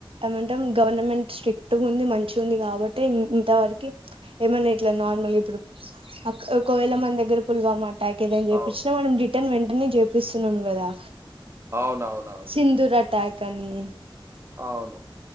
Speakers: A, on the right; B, on the right.
A: ఏమంట గవర్నమెంట్ స్ట్రిక్ట్ ఉంది మంచి ఉంది కాబట్టి ఇంతవరకి ఏమైన్నా ఇట్లా నార్మల్ ఇప్పుడు ఒకవేళ మన దగ్గర పుల్వామాట ప్యాకేజీ ఏం చెప్పిన
B: అవును.
A: మనం రిటర్న్ వెన్ అన్నిచేపిస్తున్నాం కదా
B: అవునవునవును.
A: సిధూర్ అటాక్ కానీ
B: అవును.